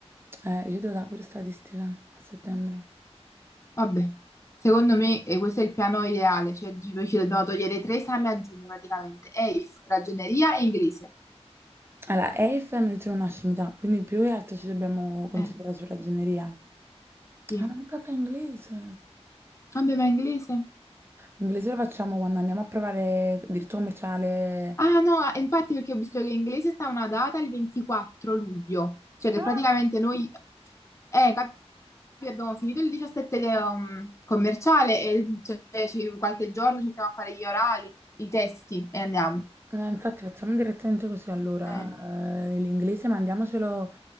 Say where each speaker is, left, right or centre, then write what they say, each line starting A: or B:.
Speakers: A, on the right; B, on the left.
A: Eh, io devo dare pure statistica a settembre.
B: Vabbè, secondo me eh, questo è il piano ideale, cioè tipo, ci dobbiamo togliere tre esami a giugno praticamente, EIF, ragioneria e inglese.
A: Allora, EIF non dice una scimità, quindi più che altro ci dobbiamo concentrare
B: Eh,
A: su ragioneria.
B: sì.
A: Ah, ma non caffè inglese.
B: Vabbè, ma inglese?
A: Inglese lo facciamo quando andiamo a provare diritto commerciale.
B: Ah no, eh, infatti perché ho visto che in inglese sta una data il 24 luglio, cioè che
A: Ah,
B: praticamente noi, eh, cap- abbiamo finito il 17 de- um, commerciale e cioè, ci- qualche giorno cerchiamo a fare gli orali, i testi e andiamo.
A: eh, infatti facciamo direttamente così allora.
B: Eh,
A: eh, l'inglese mandiamocelo